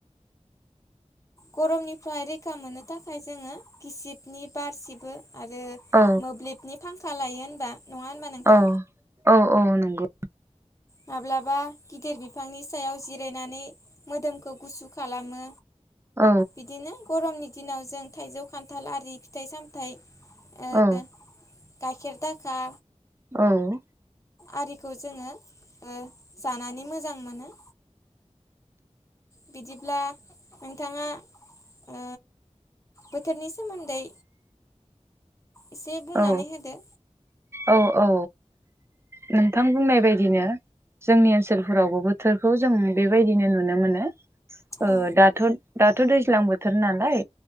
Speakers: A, on the left; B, on the right.
A: गरमनिफ्राय रैखा मोननो थाखाय जोङो गिसिबनि बारसिबो आरो
B: औ
A: मोब्लिबनि फांखा लायो होनबा नङा होनबा नोंथां
B: अ औ औ नंगौ।
A: माब्लाबा गिदिर बिफांनि सायाव जिरायनानै मोदोमखौ गुसु खालामो
B: औ
A: बिदिनो गरमनि दिनाव जों थाइजौ खान्थाल आरि फिथाइ सामथाइ ओ
B: औ
A: गाइखेर दाखा
B: औ
A: आरिखौ जोङो जानानै मोजां मोनो। बिदिब्ला नोंथाङा ओ बोथोरनि सोमोन्दै एसे बुंनानै
B: औ
A: होदो।
B: औ औ नोंथां बुंनाय बायदिनो जोंनि ओनसोलफोरावबो बोथोरखौ जों बेबायदिनो नुनो मोनो। ओ
A: औ
B: दाथ' दाथ' दैज्लां बोथोर नालाय